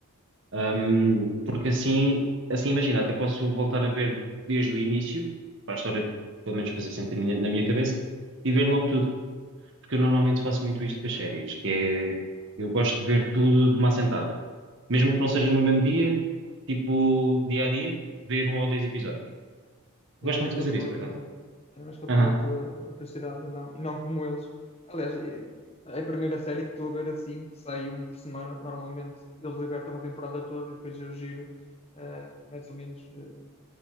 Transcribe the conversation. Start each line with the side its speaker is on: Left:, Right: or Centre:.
Right: Ahm, porque assim, assim imagina, até posso voltar a ver desde o início, para a história pelo menos fazer sempre na minha na minha cabeça, e ver logo tudo, porque eu normalmente faço muito isto com as séries, que é eu gosto de ver tudo de uma assentada. Mesmo que não seja no mesmo dia, tipo dia a dia, ver um ou dois episódios. Gosto
Left: É, vais
Right: muito de
Left: controlando
Right: fazer isso, por acaso.
Left: tu, é, vais controlando
Right: Aham.
Left: tu a, a prioridade e não, e não como eles. Aliás, é, é a primeira série que estou a ver assim, que sai uma por semana. Normalmente eles libertam a temporada toda e depois eu giro eh, mais ou menos eh,